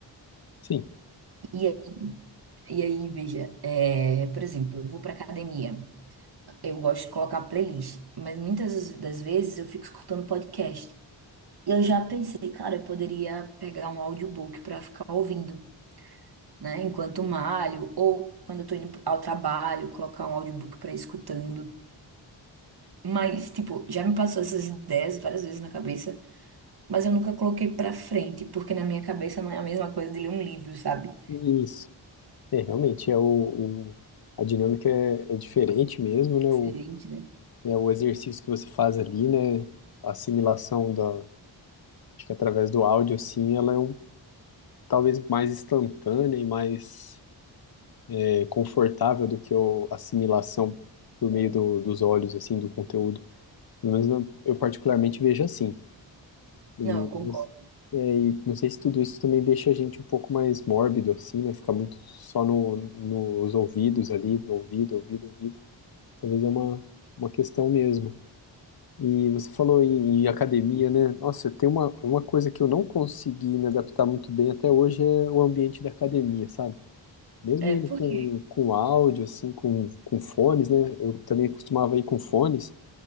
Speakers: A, on the left; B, on the right.
A: sim.
B: E, é- e aí, veja, é, por exemplo, eu vou pra academia, eu gosto de colocar playlist, mas muitas das vezes eu fico escutando podcast. Eu já pensei, cara, eu poderia pegar um audiobook pra ficar ouvindo, né? Enquanto malho, ou quando eu tô indo ao trabalho, colocar um audiobook pra ir escutando. Mas, tipo, já me passou essas ideias várias vezes na cabeça, mas eu nunca coloquei pra frente, porque na minha cabeça não é a mesma coisa de ler um livro, sabe?
A: Isso. É, realmente, é o, o- a dinâmica é, é diferente mesmo, né?
B: Diferente,
A: O,
B: né?
A: é o exercício que você faz ali, né? A assimilação da, acho que através do áudio, assim, ela é um, talvez mais instantânea e mais é confortável do que eu assimilação por meio do- dos olhos, assim, do conteúdo. Pelo menos na- eu particularmente vejo assim. E,
B: Não, eu concordo.
A: é, e não sei se tudo isso também deixa a gente um pouco mais mórbido, assim, né? Ficar muito só no, nos ouvidos ali, no ouvido, ouvido, ouvido. Talvez é uma, uma questão mesmo. E você falou em, em academia, né? Nossa, tem uma, uma coisa que eu não consegui me adaptar muito bem até hoje é o ambiente da academia, sabe? Mesmo
B: É,
A: indo
B: porque.
A: com, com áudio, assim, com, com fones, né? Eu também costumava ir com fones,